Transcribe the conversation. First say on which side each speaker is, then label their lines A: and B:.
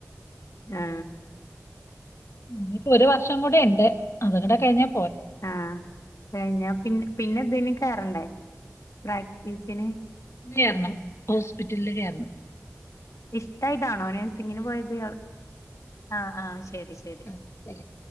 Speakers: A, on the left; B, on the left.
A: ആ
B: ഇനിയിപ്പോ ഒരു വർഷം കൂടി ണ്ട് അത കൂടെ കഴിഞ്ഞ-
A: ആ കഴിഞ്ഞ പിന്ന പിന്നെതിന് കയറണ്ടേ? പ്രാക്ടീസിന്.
B: കേറണം ഹോസ്പിറ്റലില് കേറണം.
A: ഇഷ്ടായിട്ടാണോന് നയ്‌സിങ്ങിന് പോയത് ആ ആ- ശരി ശരി.
B: ആ, ശരി